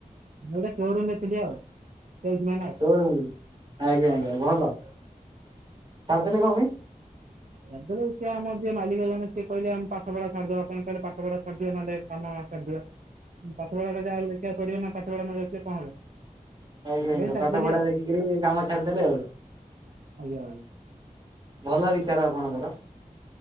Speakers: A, on the right; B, on the right.
A: ମୁଁ ଗୋଟେ ଶୋରୁମ୍ ରେ ଥିଲି ଆଉ। ସେଲ୍ସମ୍ୟାନ୍ ଆଉ
B: ଶିରୁମ୍ ଆଜ୍ଞା
A: ହଁ
B: ଆଜ୍ଞା ଭଲ। ଛାଡିଦେଲେ କଣ ପାଇଁ?
A: ଏବେ ଯୁ ସେ ଆମର ଯିଏ ମାଲିକ ଜଣ ସିଏ କହିଲେମେ ପାଠ ପଢ଼ା ଛାଡ୍ଦବା ପାଇଁ କହିଲେ ପାଠ ପଢ଼ା ଛାଡିଦିଅ ନହେଲେ କାମ ଛାଡିଦିଅ। ପାଠପଢ଼ା ଟା ଯାହା ହେଲେ ଦେଖିବାକୁ ପଡିବ ନା ପାଠପଢ଼ା ନ ଦେଖିଲେ କଣ ହବ।
B: ଆଜ୍ଞା
A: ସେଥିପାଇଁ
B: ଆଜ୍ଞା
A: ଛାଡିଦେଲି
B: ପାଠ ପଢା
A: ଆଉ
B: ଦେଖିକିରି କାମ ଛାଡିଦେଲେ ଆଉ।
A: ଆଜ୍ଞା ଆ
B: ଭଲ ବିଚାର ଆପଣଙ୍କର।